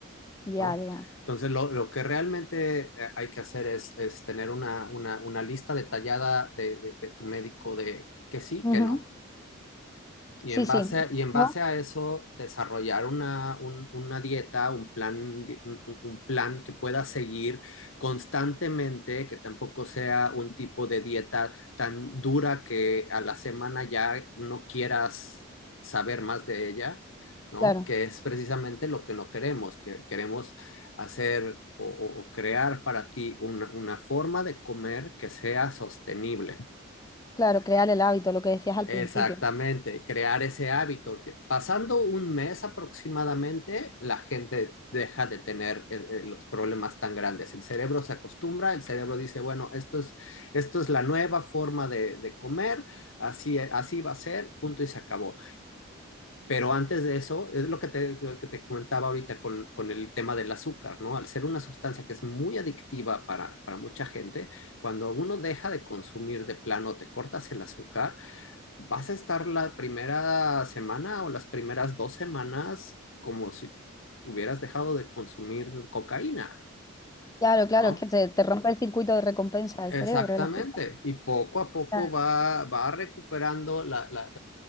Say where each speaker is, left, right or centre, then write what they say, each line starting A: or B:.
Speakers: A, on the left; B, on the left.
A: ya,
B: ¿no?
A: ya. ya.
B: Entonces, lo, lo que realmente eh, hay que hacer es, es tener una, una, una lista detallada de, de- de tu médico de que sí,
A: Ujú.
B: que no. Y
A: Sí,
B: en base
A: sí.
B: a, y en base
A: ¿No?
B: a eso, desarrollar una, un- una dieta, un plan, di- un, un- un plan que pueda seguir constantemente, que tampoco sea un tipo de dieta tan dura que a la semana ya no quieras saber más de ella, ¿no?
A: Claro,
B: Que es precisamente lo que no queremos, que queremos hacer o, o- o crear para ti una, una forma de comer que sea sostenible.
A: claro, crear el hábito, lo que decías al
B: Exactamente,
A: principio.
B: crear ese hábito. Pasando un mes aproximadamente, la gente deja de tener eh, eh, los problemas tan grandes. El cerebro se acostumbra, el cerebro dice, bueno, esto es, esto es la nueva forma de, de comer, así, así va a ser, punto y se acabó. Pero antes de eso, es lo que te, lo que te comentaba ahorita con, con el tema del azúcar, ¿no? Al ser una sustancia que es muy adictiva para, para mucha gente, cuando uno deja de consumir de plano, te cortas el azúcar, vas a estar la primera semana o las primeras dos semanas como si hubieras dejado de consumir cocaína,
A: Claro, claro,
B: ¿no?
A: es que te, te rompe el circuito de recompensa del
B: Exactamente.
A: cerebro, el azúcar.
B: Y poco a poco
A: Ya.
B: va, va recuperando la- la-